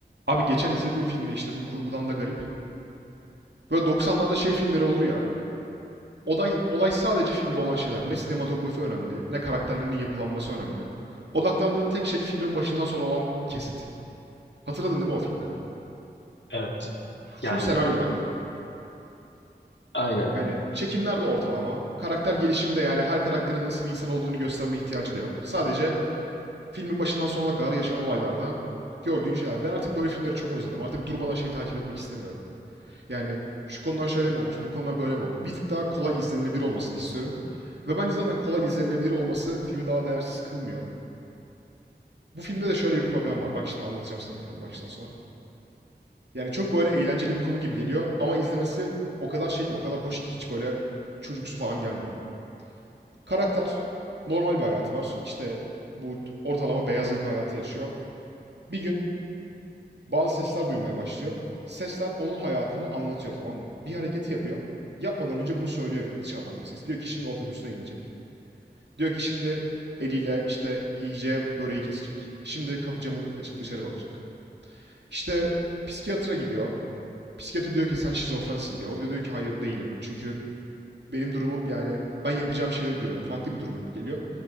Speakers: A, on the right (about 75°); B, on the left (about 90°).
A: Abi geçen izlediğim filmde işte bu kurgudan da garip. Böyle 90'larda şey filmleri olur ya. Olay, olay sadece filmde olan şeyler. Ne sinematografi önemli, ne karakterlerinin yapılanması önemli. Odaklandığın tek şey filmin başından sonra olan kesit. Hatırladın değil mi o filmleri?
B: Evet.
A: Full
B: Yani
A: senaryo odaklı.
B: aynen.
A: Yani çekimler de ortalama. Karakter gelişimi de yani her karakterin nasıl bir insan olduğunu gösterme ihtiyacı da yok. Sadece filmin başından sonuna kadar yaşanan olaylarda gördüğün şeyler. Ben artık böyle filmleri çok özledim. Artık durmadan şey takip etmek istemiyorum. Yani şu konudan şöyle mi olmuş, bu konudan böyle mi olmuş? Bir tık daha kolay izlenilebilir olmasını istiyorum. Ve bence zaten kolay izlenilebilir olması filmi daha değersiz kılmıyor. Bu filmde de şöyle bir problem var. Bak şimdi anlatacağım sana filmi baştan sona. Yani çok böyle eğlenceli bir konu gibi geliyor ama izlemesi o kadar şey ki, o kadar hoş ki hiç böyle çocuksu falan gelmiyor. Karakter normal bir hayatı var. İşte bu ortalama beyaz yaka hayatı yaşıyor. Bir gün bazı sesler duymaya başlıyor. Sesler onun hayatını anlatıyor tamam mı? Bir hareketi yapıyor. Yapmadan önce bunu söylüyor dışarıdan bir ses. Diyor ki şimdi otobüste inecek. Diyor ki şimdi eliyle işte iyice böreği kesecek. Şimdi kapı camını açıp dışarı bakacak. İşte psikiyatra gidiyor. Psikiyatri diyor ki sen şizofrensin diyor. O diyor diyor ki hayır değilim. Çünkü benim durumum yani ben yapacağım şeyleri diyorum. Farklı bir durum gibi geliyor.